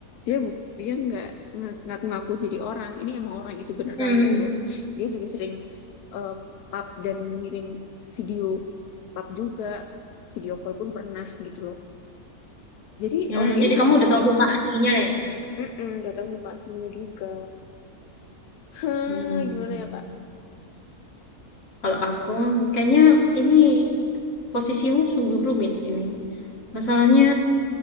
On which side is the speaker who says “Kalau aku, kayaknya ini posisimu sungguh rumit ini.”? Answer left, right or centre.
Left